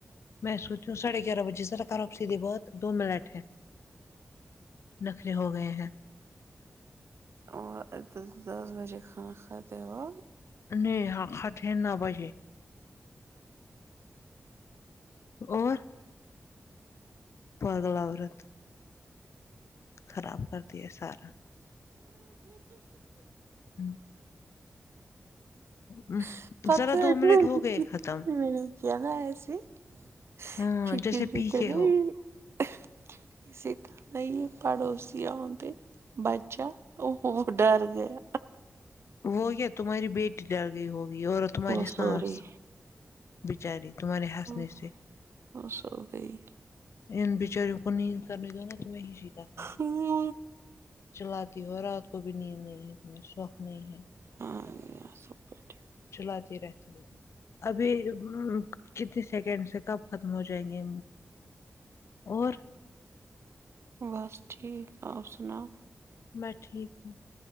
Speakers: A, on the left; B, on the right.
A: میں سوتی ہوں ساڑھے گیارہ بجے سرا کر آپ سیدھیے بہت دو منٹ نخرے ہو گئے ہیں
B: اور دس بجے کھانا کھاتے ہو
A: نہیں ہاں کھاتے ہے ناؤ بجے اور پاگل عورت خراب کرتی ہے سارا ام ہوں،
B: <unintelligible>
A: ذرا دو منٹ ہو گئے ختم
B: <unintelligible>
A: ہاں جیسے پی کے ہو <unintelligible>
B: <unintelligible> بچہ اوہو وہ ڈر گیا
A: وہ یا تمہاری بیٹی ڈر گئی ہوگی اور تمہاری
B: وہ
A: سانس
B: سو رہی
A: بیچاری تمہارے ہنسنے
B: وہ
A: سے
B: وہ سو گئی
A: ان بچاروں کو نیند کرنی دو نا تمہیں سیکھاتا ہے
B: ہوں
A: چلاتی ہو رات کو بھی نیند نہیں ہے تمہیں شوق نہیں ہے
B: ہاں یار سب بڑھیا
A: چلاتی رہتی ہو ابھی ام کتنے سیکنڈ سے کب ختم ہو جائیں گے اور
B: بس ٹھیک آپ سناؤ
A: میں ٹھیک ہوں